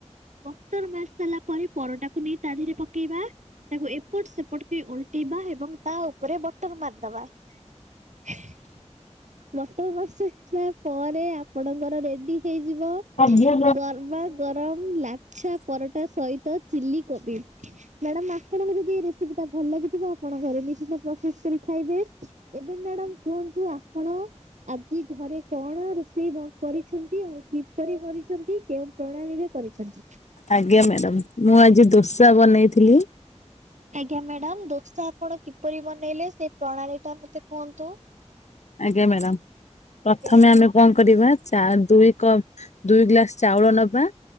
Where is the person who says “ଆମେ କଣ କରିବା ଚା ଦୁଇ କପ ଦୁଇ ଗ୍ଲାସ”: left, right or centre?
Left